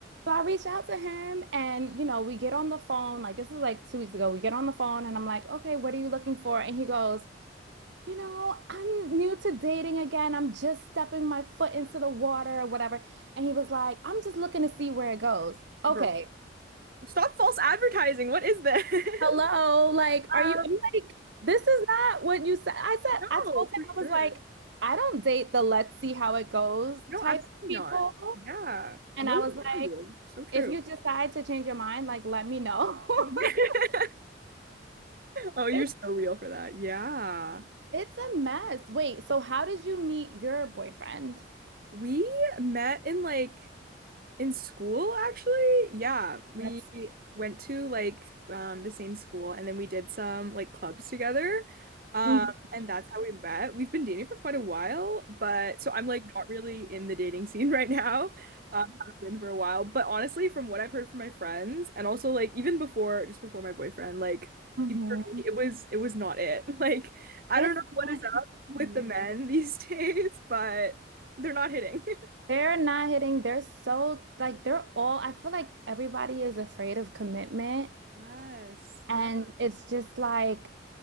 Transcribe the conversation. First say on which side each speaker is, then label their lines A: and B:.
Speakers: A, on the right (about 70°); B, on the right (about 55°).
A: So I reached out to him and, you know, we get on the phone. Like, this was like two weeks ago. We get on the phone and I'm like, okay, what are you looking for? And he goes, you know, I'm new to dating again. I'm just stepping my foot into the water or whatever. And he was like, I'm just looking to see where it goes. Okay.
B: Girl, stop false advertising. What is this?
A: Hello,
B: <laughs>
A: like, are
B: Um,
A: you, I'm like, this is not what you said. I said,
B: no,
A: I told
B: for
A: him, I was
B: sure.
A: like, I don't date the let's see how it goes
B: No,
A: type
B: absolutely
A: of people.
B: not. Yeah, no
A: And I was like,
B: value. So true.
A: if you decide to change your mind, like, let me know. <laughs>
B: <laughs> Oh, you're
A: It,
B: so real for that. Yeah.
A: it's a mess. Wait, so how did you meet your boyfriend?
B: We met in like In school, actually, yeah, we
A: That's sweet.
B: went to like um, the same school, and then we did some like clubs together, um,
A: hmm
B: and that's how we met. We've been dating for quite a while, but so I'm like not really in the dating scene <laughs> right now. Um, I've been for a while, but honestly, from what I've heard from my friends, and also like even before, just before my boyfriend, like
A: hmm
B: even for me, it was it was not it. <laughs> Like I
A: It's
B: don't know what
A: not
B: is up with
A: it.
B: the men <laughs> these days, but they're not hitting. <laughs>
A: They're not hitting. They're so like they're all. I feel like everybody is afraid of commitment,
B: Yes. Yeah.
A: And it's just like,